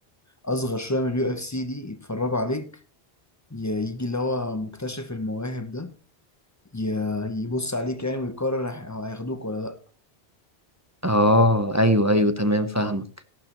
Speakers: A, on the left; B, on the right.
A: اصغر شوية من اليو اف سي دي يتفرجوا عليك ي- يجي اللي هو مكتشف المواهب ده ي- يبص عليك يعني ويقرر هي- هياخدوك ولا لا
B: اه ايوه ايوه تمام فاهمك